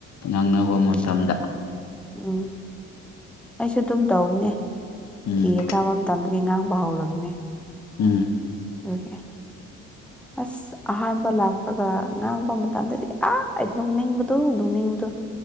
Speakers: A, on the left (about 40°); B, in the centre.
A: ꯉꯥꯡꯅꯕ
B: ꯎꯝ
A: ꯃꯇꯝꯗ
B: ꯎꯝ ꯑꯩꯁꯨ ꯑꯗꯨꯝ ꯇꯧꯕꯅꯦ
A: ꯎꯝ
B: ꯕꯤ ꯀꯥꯕ ꯃꯇꯝꯗꯨꯒꯤ ꯉꯥꯡꯕ ꯍꯧꯔꯕꯅꯦ
A: ꯎꯝ
B: ꯑꯣꯀꯦ ꯑꯁ ꯑꯍꯥꯟꯕ ꯂꯥꯛ ꯀꯒ ꯉꯥꯡꯕ ꯃꯇꯝꯗꯗꯤ ꯑꯥ ꯑꯩ ꯅꯣꯛꯅꯤꯡꯕꯗꯣ ꯅꯣꯛꯅꯤꯡꯕꯗꯣ